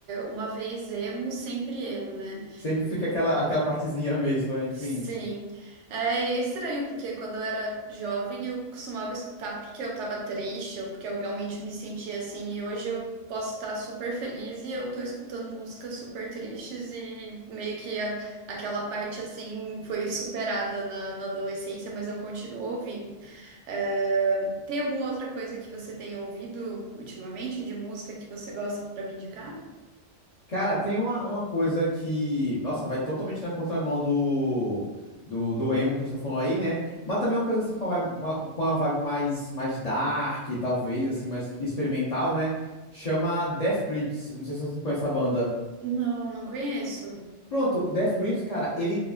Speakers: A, on the right (about 70°); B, on the left (about 50°).
A: uma vez emo, sempre emo, né?
B: Sempre fica aquela, aquela partezinha <laughs> mesmo, enfim.
A: Sim, é, e é estranho, porque quando eu era jovem eu costumava escutar porque eu tava triste ou porque eu realmente me sentia assim, e hoje eu posso estar super feliz e eu tô escutando músicas super tristes e meio que a- aquela parte assim foi superada na, na adolescência, mas eu continuo ouvindo. É, tem alguma outra coisa que você tenha ouvido ultimamente de música que você gosta pra me indicar?
B: Cara, tem uma, uma coisa que, nossa, vai totalmente na contramão do, do, do emo que a gente tá falando aí, né? Mas também é uma coisa assim com a vibe, com a, com a vibe mais, mais dark, talvez, assim, mais experimental, né? Chama Death Grips. Não sei se você conhece a banda.
A: Não, não conheço.
B: Pronto, Death Grips, cara, ele,